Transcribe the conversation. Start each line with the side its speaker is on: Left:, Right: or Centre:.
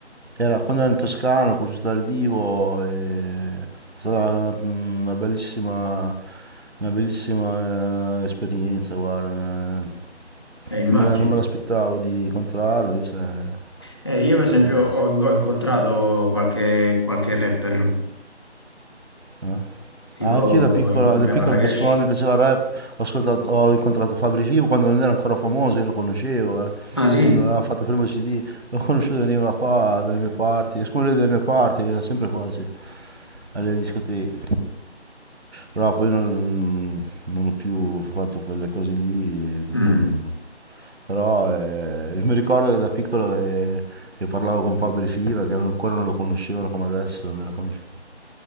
Right: Era, quando ero in Toscana l'ho conosciuto dal vivo e è stata una, una bellissima, una bellissima eh, esperienza, guarda. eh.
Left: eh, immagino.
Right: Non me, la- non me l'aspettavo di incontrarlo, invece è
Left: Eh, io per esempio
Right: fantastico.
Left: ho, ho incontrato qualche, qualche rapper,
Right: eh.
Left: tipo
Right: Anch'io da piccolo,
Left: incontrai
Right: da piccolo
Left: Marrakesh.
Right: mi piaceva, quando mi piaceva il rap, ho, ascoltato- ho incontrato Fabri Fibo quando non era ancora famoso, io lo conoscevo, eh.
Left: Ah sì?
Right: Quando aveva fatto il primo CD, l'ho conosciuto, veniva qua dalle mie parti, siccome lui è delle mie parti, veniva sempre quasi alle discoteche. Però poi non, non ho più fatto quelle cose lì, dopo-
Left: Mm.
Right: però eh, mi ricordo che da piccolo eh, che parlavo con Fabri Fibo, che ancora non lo conoscevano come adesso, non era conosciuto.